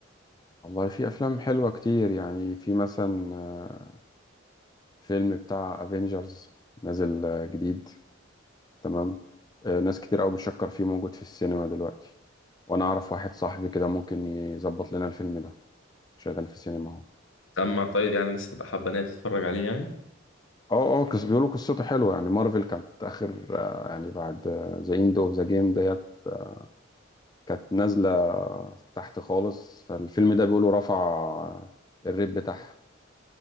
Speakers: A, on the left; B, on the left.
A: والله في افلام حلوه كتير يعني في مثلا آه، فيلم بتاع افنجرز نازل آه، جديد تمام آه، ناس كتير قوي بتشكر فيه موجود في السينما دلوقتي وانا اعرف واحد صاحبي كده ممكن يظبط لنا الفيلم ده شغال في السينما اهو
B: سمع طيب يعني الناس تبقى حابة إن هي تتفرج عليه يعني
A: اه اه قص بيقولوا قصته حلوه يعني مارفل كانت اخر آه، يعني بعد ذا اند اوف ذا جيم ديت آه، كانت نازله تحت خالص فالفيلم ده بيقولوا رفع الريت بتاعها